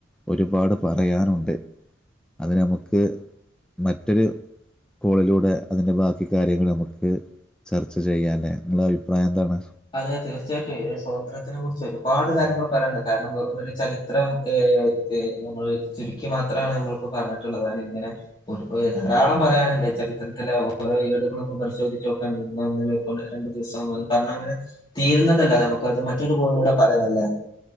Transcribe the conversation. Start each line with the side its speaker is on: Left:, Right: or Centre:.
Centre: ഒരുപാട് പറയാനുണ്ട് അത് നമുക്ക് മറ്റൊരു കോളിലൂടെ അതിന്റെ ബാക്കി കാര്യങ്ങൾ നമുക്ക് ചർച്ച ചെയ്യാല്ലേ നിങ്ങളെ അഭിപ്രായം എന്താണ്
Left: അതെ തീർച്ചയായിട്ടും സ്വതന്ത്രത്തിനെ കുറിച്ച് ഒരുപാട് കാര്യങ്ങൾ പറയാണ്ട് കാരണം വെറുമൊരു ചരിത്രം ഏ നമ്മള് ചുരുക്കി മാത്രാണ് നമ്മളിപ്പോ പറഞ്ഞിട്ട്ള്ളത് അ ഇങ്ങനെ ഒരു ധാരാളം പറയാന്ണ്ട് ചരിത്രത്തിലെ ഓരോ ഏടുകളും നമ്മുക്ക് പരിശോധിച്ച് നോക്കാണ്ട് ഇന്നോ ഇന്നലെക്കെളള രണ്ടു ദിവസം ള്ളൂ കാരണങ്ങനെ തീരുന്നതല്ല നമുക്ക് അത് മറ്റൊരു കോളിലൂടെ പറയാല്ലേ